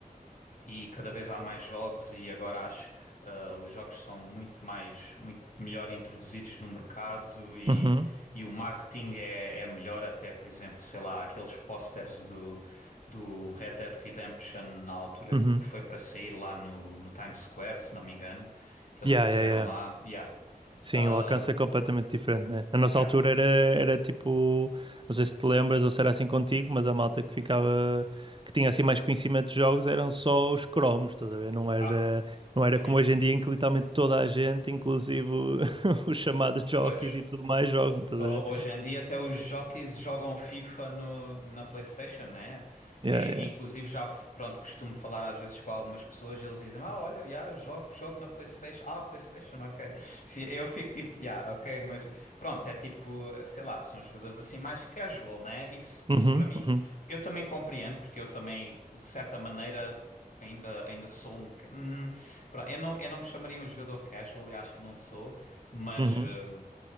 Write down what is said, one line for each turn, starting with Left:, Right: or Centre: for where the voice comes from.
Left: e cada vez há mais jogos e agora acho ah, os jogos são muito mais muito melhor introduzidos no mercado e,
Right: Uhum,
Left: e o marketing é, é melhor até por exemplo sei lá aqueles posters do do Red Dead Redemption na altura
Right: uhum.
Left: que foi para sair lá no, no Times Square se não me engano que eles
Right: Yeah,
Left: puseram
Right: yeah, yeah.
Left: lá yeah
Right: Sim,
Left: Ah,
Right: o alcance é completamente diferente, né? Na nossa
Left: yeah
Right: altura era, era tipo, não sei se te lembras ou se era assim contigo, mas a malta que ficava, que tinha assim mais conhecimento de jogos eram só os cromos, estás a ver? Não era,
Left: ah
Right: não era
Left: sim
Right: como hoje em dia em que literalmente toda a gente, inclusive o- <laughs> os chamados jockeys
Left: pois
Right: e tudo mais, jogam, estás
Left: Ho-
Right: a ver?
Left: Hoje em dia até os jockeys jogam FIFA no- na PlayStation, né?
Right: Yeah,
Left: E,
Right: yeah.
Left: inclusive já, f- pronto, costumo falar às vezes com algumas pessoas e eles dizem, ah, olha, yeah, jogo, jogo na PlayStation. Ah, PlayStation, ok. Se- Eu fico tipo, yeah, ok, mas pronto, é tipo, sei lá, são jogadores assim mais casual, né? Isso, isso
Right: Uhum,
Left: para mim,
Right: uhum,
Left: eu também compreendo, porque eu também, de certa maneira, Ainda, ainda sou um. ca- Hum, pronto, eu não, eu não me chamaria um jogador casual, e acho que não sou, mas.
Right: uhum.
Left: hum,